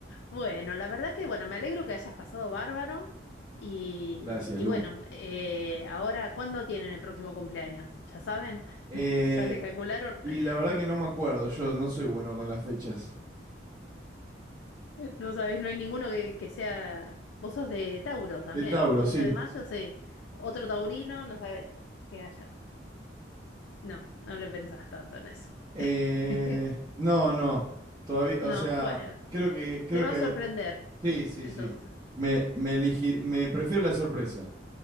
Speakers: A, on the left; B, on the right.
A: Bueno, la verdad que, bueno, me alegro que hayas pasado bárbaro. Y,
B: Gracias,
A: y
B: Lu.
A: bueno, eh, ahora, ¿cuándo tienen el próximo cumpleaños? ¿Ya saben?
B: Eh,
A: <laughs> ¿Ya le calcularon?
B: y
A: <laughs>
B: la verdad que no me acuerdo, yo no soy bueno con las fechas.
A: No sabes, no hay ninguno que, que sea... Vos sos de Tauro también,
B: De Tauro,
A: 8
B: sí.
A: de mayo, sí. Otro taurino, no sabés que haya. No, no le pensás tanto en eso.
B: Eh,
A: <laughs>
B: no, no. Todavía,
A: No,
B: o sea,
A: bueno,
B: creo que, creo
A: te va
B: que,
A: a sorprender,
B: sí, sí,
A: entonces.
B: sí. Me, me eligi- me prefiero la sorpresa.